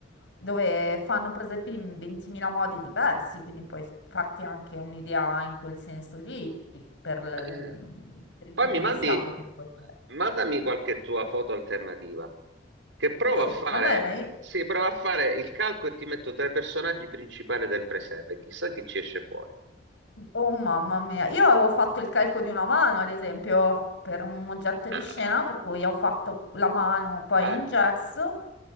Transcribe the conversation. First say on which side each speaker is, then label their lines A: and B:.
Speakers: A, on the left; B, on the right.
A: dove fanno presepi in 20.000 modi diversi, quindi puoi farti anche un'idea in quel senso lì per, l-
B: Eh.
A: per il
B: Poi
A: tipo
B: mi mandi,
A: di statua che puoi fare.
B: mandami qualche tua foto alternativa, che provo
A: Sì,
B: a fare,
A: va bene. io-
B: sì, provo a fare il calco e ti metto tra i personaggi principali del presepe. Chissà chi ci esce fuori.
A: Oh mamma mia, io avevo fatto il calco di una mano, ad esempio, per un oggetto di
B: Ah,
A: scena, per cui ho fatto la mano poi
B: bello.
A: in gesso